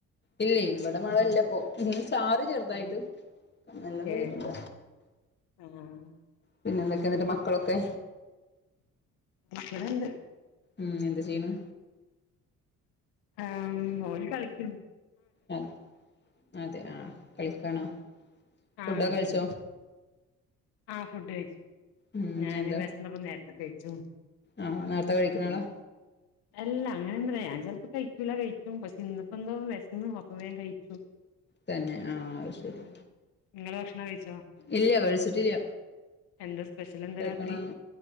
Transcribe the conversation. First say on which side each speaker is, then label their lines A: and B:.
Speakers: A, on the left; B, on the left.
A: ഇലയ് ഇവിടെ മഴല്ല പോ ഉം ചാറി ചെറുതായിട്ട്
B: ഏഹ്
A: നല്ലോം ചെയ്തിട്ടില്ല.
B: ഏഹ് ആഹ്
A: പിന്നെ എന്തൊക്കെയ എന്നിട്ട് മക്കളൊക്കെ?
B: ഇവിടണ്ട്.
A: ഉം എന്താ ചെയ്യ്ണെ?
B: ആഹ് ഓല് കളിക്ക്ണ്ട്.
A: അഹ് അതെ ആഹ് കളിക്കാണോ
B: ആഹ്
A: ഫുഡൊകെ
B: ആഹ് കളിക്കുന്നു
A: കഴിച്ചോ?
B: ആഹ് ഫുഡ് കഴിച്ചു
A: ഉം
B: ഞാന്
A: എന്താ
B: വെശന്നപ്പ നേരത്തെ കഴിച്ചു.
A: ആഹ് നേരത്തെ കഴിക്കണ
B: ഉം
A: ആളാ
B: അല്ല അങ്ങനെ ഒന്നുല ഞാൻ ചെലപ്പോ കഴിക്കൂല കഴിക്കും പക്ഷെ ഇന്ന് പെന്തോ വെശന്നു അപ്പ വേഗം കഴിച്ചു.
A: തന്നെ ആഹ് അയ്ശെരി.
B: ഉം നിങ്ങള് ഭക്ഷണം കഴിച്ചോ?
A: ഇല്ല കഴിച്ചിട്ടില്ല
B: എന്താ സ്പെഷ്യൽ എന്താ
A: കഴിക്കണം.
B: രാത്രി